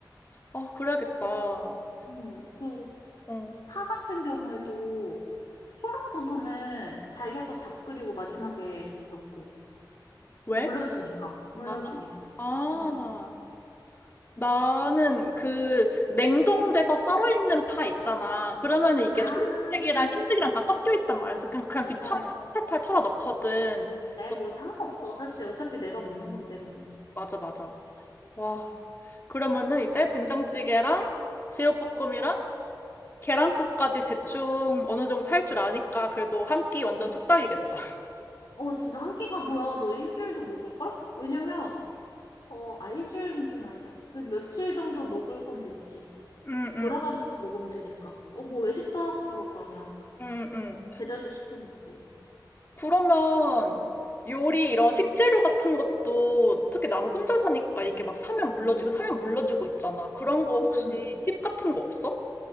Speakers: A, on the left; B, on the left.
A: 아, 그래야겠다. 어.
B: 음. 그리고
A: 음.
B: 파 같은 경우에도 초록 부분은 달걀국 다 끓이고 마지막에 넣고
A: 왜?
B: 물러지니까, 물러지니까.
A: 아, 아.
B: 음.
A: 나는 그 냉동돼서 썰어 있는 파 있잖아. 그러면 이게
B: 아,
A: 초록색이랑 흰색이랑 다 섞여 있단 말이야. 그래서 그냥, 그냥 귀찮아
B: 어,
A: 탈탈 털어 넣거든.
B: 네,
A: 어,
B: 뭐 상관없어. 사실 어차피 내가 먹는 건데 뭐.
A: 맞아, 맞아. 와. 그러면은 이제 된장찌개랑 제육볶음이랑 계란국까지 대충 어느 정도 할 줄 아니까 그래도 한 끼 완전 뚝딱이겠다.
B: 어, 진짜 한 끼가 뭐야? 너 일주일도 먹을걸? 왜냐면, 어, 아, 일주일은 좀 아니다. 그래도 며칠 정도 먹을 건 됐지.
A: 응, 응,
B: 돌아가면서 먹으면 되니까. 어, 뭐 외식도 하고 그럴 거 아니야.
A: 응, 응.
B: 배달도 시켜 먹고.
A: 그러면 요리 이런 식재료 같은 것도 특히 나는 혼자 사니까 이게 막 사면 물러지고 사면 물러지고 있잖아. 그런 거 혹시
B: 음.
A: 팁 같은 거 없어?